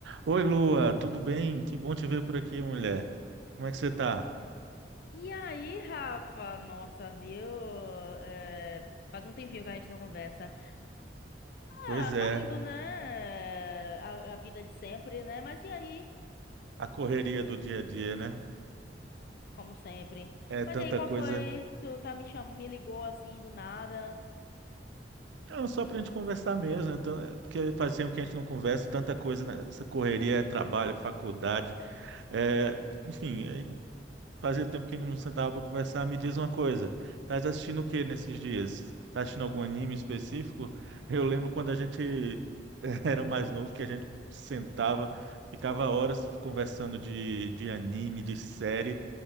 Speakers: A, on the right; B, on the left.
A: Oi, Lua, tudo bem? Que bom te ver por aqui, mulher. Como é que você tá?
B: E aí, Rafa? Nossa, viu? É, faz um tempinho que a gente não conversa.
A: Pois
B: Ah,
A: é,
B: tá indo, né? A, a vida de sempre, né? Mas e aí?
A: a correria do dia a dia, né?
B: Como sempre.
A: É tanta
B: Mas e aí, qual
A: coisa.
B: foi? Tu tá me chamando, me ligou assim do nada.
A: Não, só pra gente conversar mesmo, né? Tan- Porque faz tempo que a gente não conversa, tanta coisa, né? Essa correria é trabalho, faculdade, é, enfim, é, Fazia tempo que a gente não sentava para conversar. Me diz uma coisa, estás assistindo o que nesses dias? Tá assistindo algum anime específico? Eu lembro quando a gente <laughs> era mais novo que a gente sentava, ficava horas conversando de, de anime, de série.